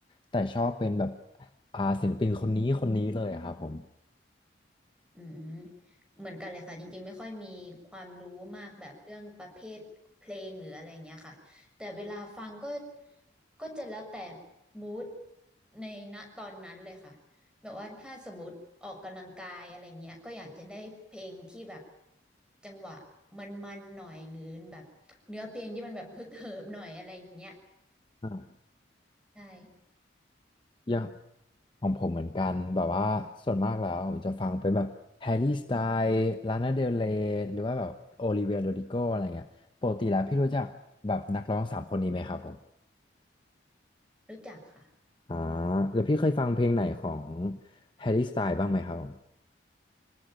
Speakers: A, on the left; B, in the centre.
A: แต่ชอบเป็นแบบอ่าศิลปินคนนี้คนนี้เลยอะครับผม
B: อืมเหมือนกันเลยค่ะจริงๆไม่ค่อยมีความรู้มากแบบเรื่องประเภทเพลงหรืออะไรเงี้ยค่ะแต่เวลาฟังก็ก็จะแล้วแต่มูดในณตอนนั้นเลยค่ะแบบว่าถ้าสมมติออกกำลังกายอะไรเงี้ยก็อยากจะได้เพลงที่แบบจังหวะมันๆหน่อยหรือแบบเนื้อเพลงที่มันแบบฮึกเหิมหน่อยอะไรอย่างเงี้ย
A: อ่า
B: ใช่
A: อย่าง ของผมเหมือนกันแบบว่าส่วนมากแล้วผมจะฟังเป็นแบบแฮร์รี่สไตล์ลานาเดลเรย์หรือว่าแบบโอลิเวียโรดิโกอะไรเงี้ยปกติแล้วพี่รู้จักแบบนักร้องสามคนนี้ไหมครับผม
B: รู้จักค่ะ
A: อ่าหรือพี่เคยฟังเพลงไหนของแฮร์รี่สไตล์บ้างไหมครับผม